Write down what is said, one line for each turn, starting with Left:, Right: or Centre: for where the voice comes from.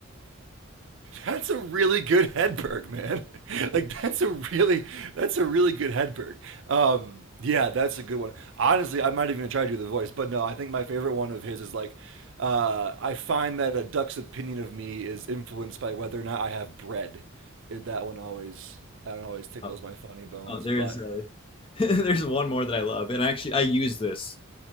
Right: That's a really good Hedberg, man. <laughs> Like that's a really that's a really good Hedberg. Um yeah, that's a good one. Honestly, I might even try to do the voice, but no, I think my favorite one of his is like uh, I find that a duck's opinion of me is influenced by whether or not I have bread. It, that one always that one always tickles
Left: Oh,
Right: my funny bones,
Left: oh there's
Right: but
Left: uh, <laughs> there's one more that I love, and actually I use this